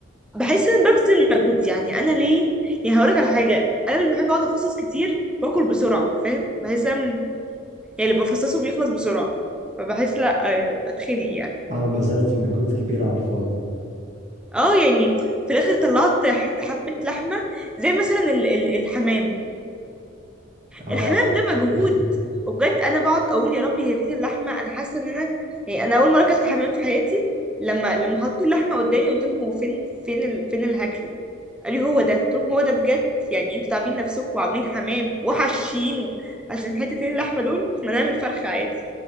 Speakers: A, in the centre; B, on the right (about 35°).
A: بحس ان ببذل مجهود يعني انا ليه يعني هقولك على حاجه انا مش بحب اقعد افصص كتير واكل بسرعه فاهم بحس ان يعني اللي بفصصه بيخلص بسرعة فبحس لا آه، بتخنق يعني
B: اه بذلت مجهود كبير على الفاضي
A: اه يعني في الاخر طلعت حته حبه لحمه زي مثلا ال- ال- الحمام
B: اه
A: الحمام ده مجهود
B: <laughs>
A: وبجد انا بقعد اقول يا ربي هي فين اللحمه انا حاسه ان انا يعني انا اول مره اكلت حمام في حياتي لما لما حطوا اللحمه قدامي قلت لهم هو فين فين ال... فين اللي هاكله قال لي هو ده قلت لهم هو ده بجد يعني انتوا تعبين نفسكم وعاملين حمام وحشينه عشان حتتين اللحمه دول ما نعمل فرخه عادي